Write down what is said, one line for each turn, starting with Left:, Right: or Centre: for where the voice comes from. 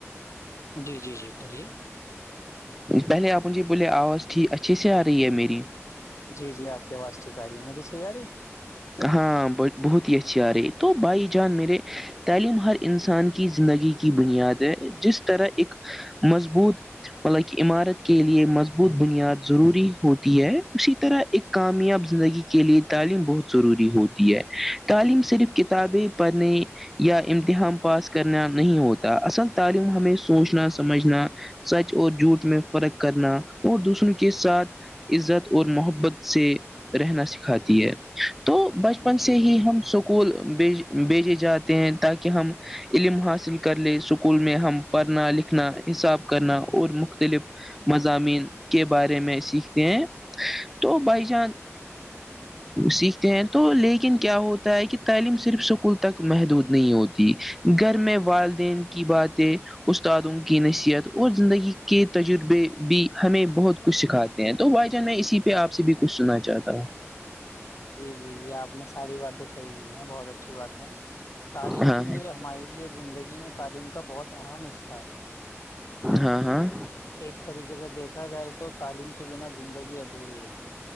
Left: جی جی جی کریے
Centre: پہلے آپ جے بولے آواز اچھے سے آ رہی ہے میری
Left: جی جی آپ کی آواز ٹھیک آ رہی ہے میری تیاری <unintelligible>
Centre: ہاں بہت ہی اچھی آ رہی ہے تو بھائی جان میرے تعلیم ہر انسان کی زندگی کی بنیاد ہے جس طرح ایک مضبوط مطلب کہ عمارت کے لیے مضبوط بنیاد ضروری ہوتی ہے اسی طرح ایک کامیاب زندگی کے لیے تعلیم بہت ضروری ہوتی ہے تعلیم صرف
Left: جی
Centre: ک تا بھی پانی یا امتحان پاس کرنا نہیں ہوتا اصل تعلیم ہمیں سوچنا سمجھنا سچ اور جھوٹ میں فرق کرنا اور دوسروں کے ساتھ عزت اور محبت سے رہنا سکھاتی ہے تو بچپن
Left: جی
Centre: سے ہی ہم سکھ <unintelligible> اسکول بھیج بھیجے جاتے ہیں تاکہ ہم علم حاصل کر لے اسکول میں ہم پڑھنا لکھنا حساب کرنا اور مختلف مضامین کے بارے میں سیکھتے ہیں تو بھائی جان سی <unintelligible> ہیں تو لیکن کیا ہوتا ہے کہ تعلیم صرف اسکول تک محدود نہیں ہوتی گھر میں والدین کی باتیں استادوں کی نصیحت اور زندگی کے تجربے بھی ہمیں بہت کچھ سکھاتے تو بھائی جان میں اسی پہ آپ سے بھی کچھ سنا چاہتا ہوں
Left: جی جی جی آپ نے ساری باتیں صحیح کی ہیں بہت اچھی باتیں تعلیم
Centre: ہاں
Left: کے لیے
Centre: ہاں
Left: ہماری لی زندگی میں تعلیم کا بہت اہم حصہ ہے
Centre: ہاں ہاں
Left: ایک طریقے سے دیکھا جائے تو تعلیم کے بنا زندگی ادھوری ہے